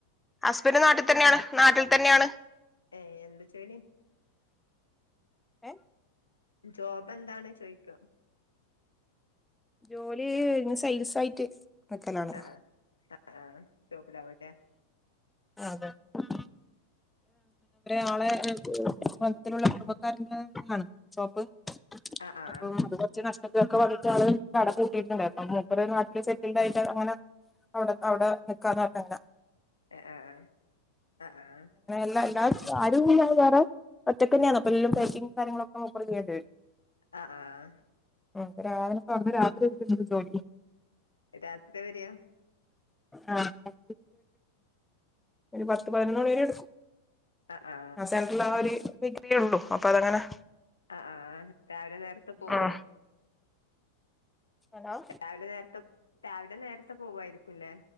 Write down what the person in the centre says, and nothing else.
അസ്ബന്റ് നാട്ടി തന്നെയാണ് നാട്ടിൽ തന്നെയാണ്
ഏ
ജോലി ന് സൈൽസ് ആയിട്ട് നക്കലാണ്
ആതെ <unintelligible> നാളെ മത്തിലുള്ള കുടബക്കാരന്റൊണ് ഷോപ്പ്
അത അത് പച്ച നഷ്, തൊക്കെ <unintelligible> പൂട്ടിയിട്ടുണ്ടായിര്ന്നു അപ്പ മൂപ്പര് നാട്ടില് സെറ്റിൽഡ ആായിട്ട് അങ്ങനെ നാ അവിടെ അവിടെ നിക്കാ നാട്ടന്ന
ല്ലാ ആ വേറെ ഒറ്റക്ക തന്നെയാണ്
അപ്പൊ
എ ബക്കി കാര്യങ്ങളൊക്കെ ന
ആ രാവനെ പറഞ്ഞ രാത്രി വണ്ട് ജോലി
ആ പ ഒരു പത്ത് പതിനൊന്ന് മണി വരെ എടുക്കും
സെന്ററിൽ ആ ഒരു പ്രക്രിയ ഉള്ളൂ അപ്പൊ അതങ്ങനെ
ആഹ് ഹലോ